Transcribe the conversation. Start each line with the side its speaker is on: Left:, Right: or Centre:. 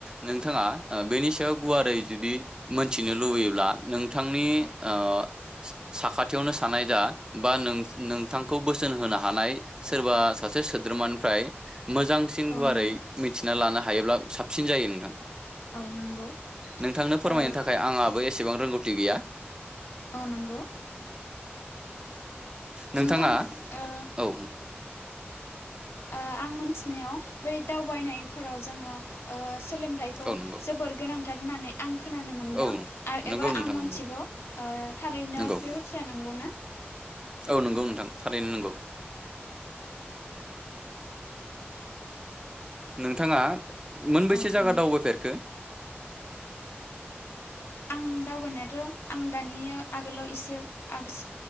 Right: नोंथाङा ओ बेनि सायाव गुवारै जुदि मोनथिनो लुबैयोब्ला नों थांनि
Left: औ
Right: ओ साखाथियावनो सानाय जा बा नों नोंथांखौ बोसोन होनो हानाय सोरबा सासे सोद्रोमानिफ्राय मोजांसिन
Left: औ
Right: गुवारै
Left: नंगौ
Right: मिथिना लानो हा हायोब्ला साबसिन जायो नोंथां।
Left: औ नंगौ
Right: नोंथांनो फोरमायनो
Left: ओ
Right: थाखाय आंहाबो एसेबां रोंगौ थि गैया
Left: अ नंगौ।
Right: नोंथाङा
Left: नोंथां ओ
Right: औ
Left: ओ आं मोनथिनायाव बै दावबायनायफोराव जोङो ओ सोलोंथाइखौ
Right: औ नंगौ
Left: जोबोर गोनां। थार होन्नानै आं। खोनानो मोनदों
Right: औ
Left: आर
Right: नंगौ
Left: एबा
Right: नोंथां
Left: आं मोनथिगौ
Right: नंगौ
Left: ओ थारैनो
Right: नंगौ
Left: बे बाथ्राया नोंगौ ना।
Right: औ नोंगौ नोंथां थारैनो नोंगौ। नोंथाङा मोनबेसे
Left: ओ
Right: जायगा
Left: नों
Right: दावबायफेरखो।
Left: आं दावबायनायाथ' आं दानि आगोलाव एसे आगस